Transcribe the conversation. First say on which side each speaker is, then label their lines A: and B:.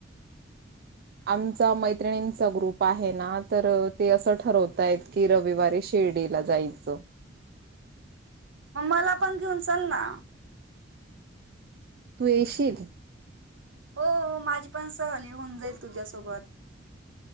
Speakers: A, on the right; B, on the right.
A: आमचा मै मैत्रिणींचा ग्रुप आहे ना तर ते असं ठरवताय की रविवारी शिर्डीला जायचं
B: म मला पण घेऊन चाल ना
A: तू येशील
B: हो माझी पण सहली होन जाईल तुझ्यासोबत